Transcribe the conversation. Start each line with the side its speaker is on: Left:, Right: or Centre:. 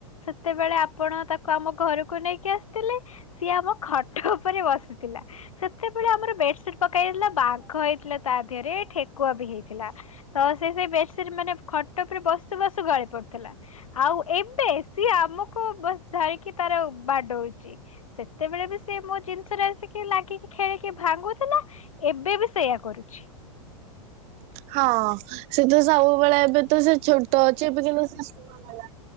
Left: ସେତେବେଳେ ଆପଣ ତାକୁ ଆମ ଘରକୁ ନେଇକି ଆସ ଥିଲେ, ସିଏ ଆମ ଖଟ ଉପରେ ବସିଥିଲା। ସେତେବେଳେ ଆମର ବେଡ୍ ସିଟ୍ ପକ୍କା ହେଇଥିଲା, ବାଘ ହେଇଥିଲା ତା ଦେହରେ। କୂଅ ବି ହେଇଥିଲା। ତ ସେ ସେଇ ବେଡସିଟ୍ ମାନେ ଖଟ ଉପରେ ବସୁ ବସୁ ଗଳି ପଡ଼ୁଥିଲା। ଆଉ ଏବେ ସିଏ ଆମକୁ ବସ ଝାଳିକି ତାର ବାଡ଼ଉଚି। ସେତେବେଳେ ବି ସେ ମୋ ଜିନିଷରେ ଆସିକି ଲାଗିକି ଖେଳିକି ଭାଙ୍ଗୁଥିଲା। ଏବେ ବି ସେଇଆ କରୁଛି।
Right: ହଁ! ସେ ତ ସବୁବେଳେ ଏବେ ତ ସେ ଛୋଟ ଅଛି ଏବେ କିନ୍ତୁ ସେ ସ୍କୁଲ ଗଲାଣି